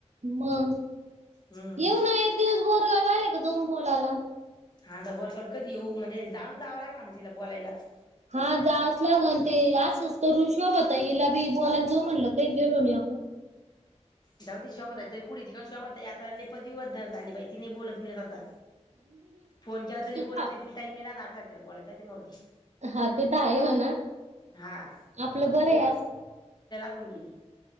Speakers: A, on the right; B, on the left.
A: मंग
B: हम्म
A: येऊ ना एक दिव बोरला आले का दोन बोलाला
B: हा तर बोरगाव ला कधी येऊ म्हणजे जाणून जावं लागनार आहे तिला बोलायलाच.
A: हा जा असला म्हणते ते असच करून शोभा हिला बी बोलायच म्हणलं काही गेलो नाही आपण.
B: जाऊ दे शोभाताई तरी कुडीती गंज शोभाताई आहे आता लेपतदिवतदर झाली बाई ती नाही बोलत आता. फोन केला तरी बोलत
A: हा
B: नाही तिला टाईम नाही रहात. चालू आहे <unintelligible> बोलायला जाऊन दे मरू दे.
A: हा ते त आहे म्हणा,
B: हा
A: आपलं बरं हे आस
B: होऊन गेली.